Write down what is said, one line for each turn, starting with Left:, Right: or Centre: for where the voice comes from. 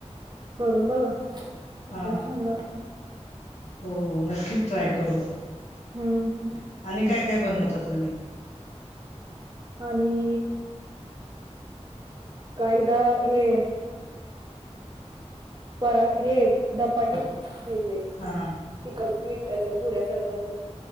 Right: करून बघा ते
Left: हा
Right: पण छान लागते.
Left: हो. नक्कीच ट्राय करू
Right: हम्म हम्म...
Left: आणि काय काय बनवता तुम्ही
Right: आणि.. का एकदा हे पर हे धपाटे हे जे.
Left: हा
Right: तिकड मिठाच्या पुुऱ्यासारखं अस